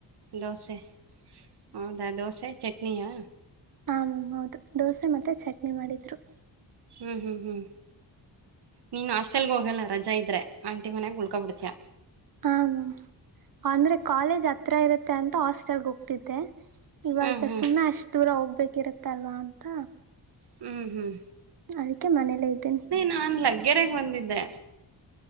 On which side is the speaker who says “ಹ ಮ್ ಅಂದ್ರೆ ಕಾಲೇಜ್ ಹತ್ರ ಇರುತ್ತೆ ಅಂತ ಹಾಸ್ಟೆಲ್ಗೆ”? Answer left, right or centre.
Right